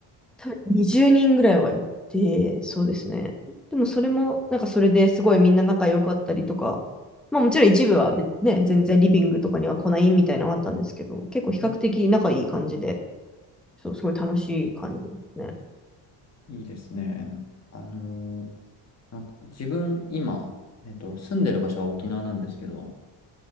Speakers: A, in the centre; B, on the left (about 35°).
A: 多分20人ぐらいはいて、そうですね。でもそれも、なんかそれですごいみんな仲良かったりとか、まあもちろん一部は別ね、全然リビングとかには来ないみたいなのがあったんですけど、結構比較的仲いい感じで、
B: うん。
A: そう、すごい楽しい感じですね。
B: いいですね。あのーなんか自分、今、えっと、住んでる場所は沖縄なんですけど、